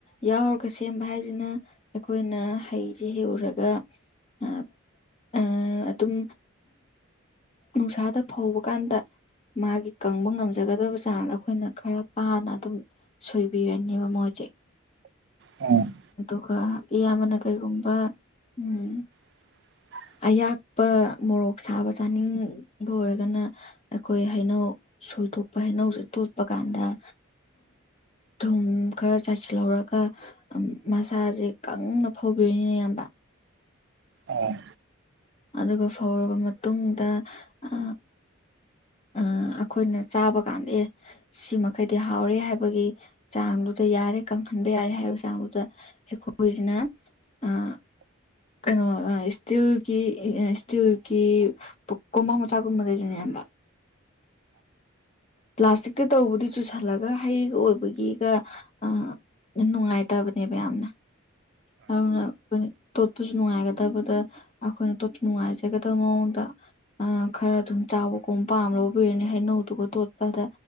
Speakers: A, on the left (about 30°); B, on the right (about 55°).
A: ꯌꯥꯎꯔꯒ ꯁꯦꯝꯕ ꯍꯥꯏꯁꯤꯅ ꯑꯩꯈꯣꯏꯅ ꯍꯩꯁꯦ ꯍꯦꯛꯎꯔꯒ ꯑꯥ ꯑ ꯑꯗꯨꯝ ꯅꯨꯡꯁꯥꯗ ꯐꯧꯕ ꯀꯥꯟꯗ ꯃꯥꯒꯤ ꯀꯪꯕ ꯉꯝꯖꯒꯗꯕ ꯆꯥꯡꯗ ꯑꯩꯈꯣꯏꯅ ꯈꯔ ꯄꯥꯅ ꯑꯗꯨꯝ ꯁꯣꯏꯕꯤꯔꯅꯦꯕ ꯃꯣꯏꯖꯦ꯫
B: ꯎꯝ꯫
A: ꯑꯗꯨꯒ ꯏꯌꯥꯝꯕꯅ ꯀꯩꯒꯨꯝꯕ ꯎꯝ
B: <unintelligible>
A: ꯑꯌꯥꯛꯄ ꯃꯣꯔꯣꯛ ꯁꯥꯕ ꯆꯥꯅꯤꯡꯕ ꯑꯣꯏꯔꯒꯅ ꯑꯩꯈꯣꯏ ꯍꯩꯅꯧ ꯁꯣꯏꯗꯣꯛꯄ ꯍꯩꯅꯧꯁꯦ ꯇꯣꯠꯄ ꯀꯥꯟꯗ ꯊꯨꯝ ꯈꯔ ꯆꯥꯏꯁꯤꯜꯍꯧꯔꯒ ꯑꯝ ꯃꯁꯥꯁꯦ ꯀꯪꯅ ꯐꯧꯕꯤꯔꯅꯤꯅꯥ ꯏꯌꯥꯝꯕ꯫
B: ꯑꫭ꯫
A: ꯑꯗꯨꯒ ꯐꯧꯔꯕ ꯃꯇꯨꯡꯗ ꯑ ꯑ ꯑꯈꯣꯏꯅ ꯆꯥꯕ ꯀꯥꯟꯗ ꯑꯦ ꯁꯤ ꯃꯈꯩꯗꯤ ꯍꯥꯎꯔꯦ ꯍꯥꯏꯕꯒꯤ ꯆꯥꯡꯗꯨꯗ ꯌꯥꯔꯦ ꯀꯪꯍꯟꯕ ꯌꯥꯔꯦ ꯍꯥꯏꯕꯒꯤ ꯆꯥꯡꯗꯨꯗ <unintelligible> ꯀꯩꯅꯣ ꯑ ꯏꯁꯇꯤꯜꯒꯤ ꯏꯁꯇꯤꯜꯒꯤ ꯄꯨꯛꯀꯨꯝꯕ ꯃꯆꯥꯒꯨꯝꯕ ꯂꯩꯗꯅ ꯏꯌꯥꯝꯕ꯫ ꯄ꯭ꯂꯥꯁꯇꯤꯛꯇ ꯇꯧꯕꯗꯤ ꯆꯨꯁꯜꯂꯒ ꯍꯩꯒ ꯑꯣꯏꯕꯒꯤꯒ ꯑ ꯅꯨꯡꯉꯥꯏꯇꯕꯅꯦꯕ ꯌꯥꯝꯅ ꯑꯗꯨꯅ ꯇꯣꯠꯄꯁꯨ ꯅꯨꯡꯉꯥꯏꯒꯗꯕꯗ ꯑꯈꯣꯏꯅ ꯇꯣꯠꯄ ꯅꯨꯡꯉꯥꯏꯖꯒꯗꯕ ꯃꯑꯣꯡꯗ ꯑ ꯈꯔ ꯑꯗꯨꯝ ꯆꯥꯎꯕ ꯀꯨꯝ ꯄꯥꯝ ꯂꯧꯕꯤꯔꯅꯦ ꯍꯩꯅꯧꯗꯨꯒ ꯇꫭꯠ ꯄꯗ